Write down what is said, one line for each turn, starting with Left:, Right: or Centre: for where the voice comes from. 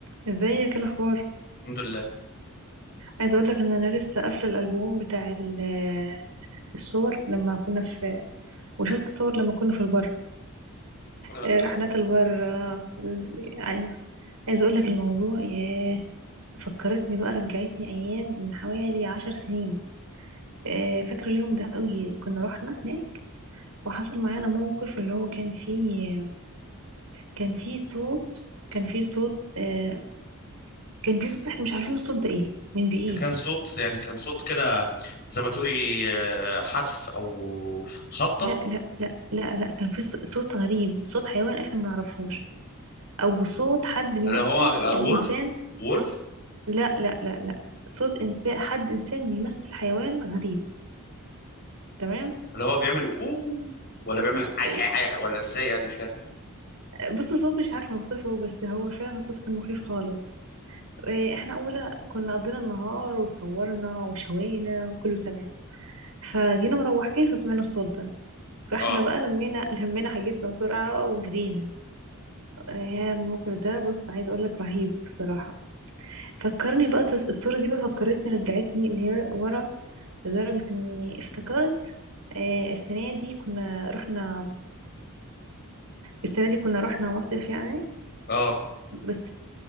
Right: ازيك إيه الاخبار
Left: الحمد لله
Right: عايزه اقول لك ان انا لسه قافله الالبوم بتاع ال- آه، الصور لما كنا في وشفت صور لما كنا في البر
Left: آه،
Right: آه، رحلات البر آه، ال- عايزه عايزه اقول لك الموضوع ياه فكرتني بقى رجعتني ايام من حوالي عشر سنين آه، فاكره اليوم ده قوي كنا رحنا هناك وحصل معانا موقف اللي هو كان فيه كان فيه صوت كان فيه صوت آه، كان فيه صوت احنا مش عارفين الصوت ده ايه من بعيد
Left: كان صوت يعني كان صوت كده زي ما تقولي آه، حتف او خبطه
Right: لا لا لا لا لا كان في ص- صوت غريب صوت حيوان احنا ما نعرفهوش او صوت حد بيمثل
Left: اللي هو آه،
Right: يعني
Left: وولف
Right: انسان
Left: وولف
Right: لا لا لا لا صوت انسان حد انسان بيمثل حيوان غريب تمام
Left: اللي هو بيعمل وو ولا بيعمل عي
Right: إيه،
Left: عي عي ولا ازاي انا مش فاهم
Right: بص الصوت مش عارفه اوصفه بس هو فعلا صوت كان مخيف خالص إيه، احنا اولا كنا قضينا النهار وتصورنا وشوينا وكله تمام فجينا مروحين فسمعنا الصوت ده فاحنا
Left: اه
Right: بقى لمينا لمينا حاجتنا بسرعه وجرينا يا الموقف ده بص عايز اقول لك رهيب بصراحه فكرني بقى تس- الصورة دي بقى فكرتني رجعتني اللي هي ورا لدرجة اني افتكرت آه، السنة دي كنا رحنا السنة دي كنا رحنا مصيف يعني
Left: اه
Right: بس